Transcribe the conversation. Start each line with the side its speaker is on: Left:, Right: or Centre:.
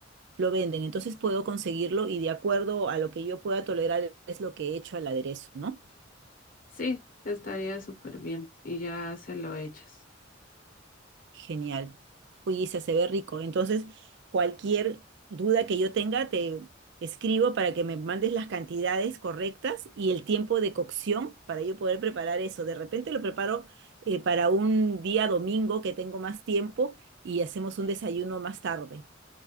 Right: Lo venden, entonces puedo conseguirlo y de acuerdo a lo que yo pueda tolerar es lo que he hecho al aderezo, ¿no?
Left: Sí, estaría súper bien y ya se lo echas.
Right: Genial. Uy, Isa, se ve rico. Entonces, cualquier duda que yo tenga, te escribo para que me mandes las cantidades correctas y el tiempo de cocción para yo poder preparar eso. De repente lo preparo eh, para un día domingo que tengo más tiempo y hacemos un desayuno más tarde.